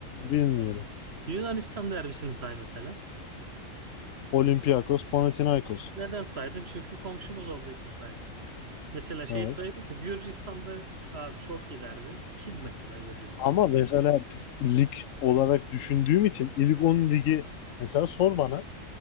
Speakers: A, on the left (about 75°); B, on the right (about 50°).
A: bilmiyorum.
B: Yunanistan derbisini say mesela.
A: Olympiakos, Panathinaikos.
B: Neden saydın? Çünkü komşumuz olduğu için saydın. Mesela şey
A: Evet.
B: sayabilirsin. Gürcistan'da abi çok iyi derbi. Kim mesela Gürcistan'da?
A: Ama mesela biz lig olarak düşündüğüm için ilk 10 ligi mesela sor bana.